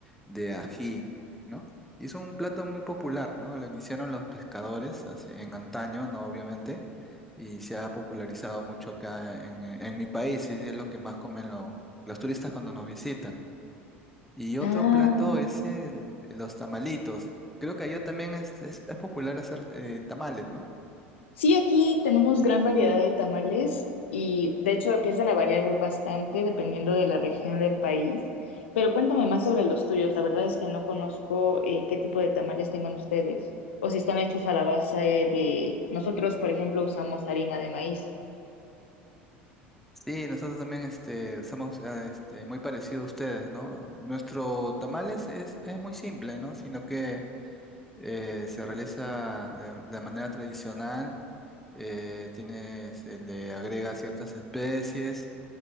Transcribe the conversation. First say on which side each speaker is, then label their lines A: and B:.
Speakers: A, in the centre; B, on the left (about 75°).
A: de ají, ¿no? Y es un plato muy popular, ¿no? Lo iniciaron los pescadores hace- en antaño, ¿no? Obviamente, y se ha popularizado mucho acá en, en mi país, y es lo que más comen lo- los turistas cuando nos visitan. Y otro
B: Ah,
A: plato es el, los tamalitos. Creo que allá también es, es, es popular hacer eh, tamales, ¿no?
B: Sí, aquí tenemos gran variedad de tamales y de hecho empiezan a variar bastante dependiendo de la región del país. Pero cuéntame más sobre los tuyos. La verdad es que no conozco eh, qué tipo de tamales tengan ustedes o si están hechos a la base de... Nosotros, por ejemplo, usamos harina de maíz.
A: Sí, nosotros también este, somos eh, este, muy parecidos a ustedes, ¿no? Nuestro tamales es, es muy simple, ¿no? Sino que eh, se realiza de, de manera tradicional, eh, tiene, se le agrega ciertas especies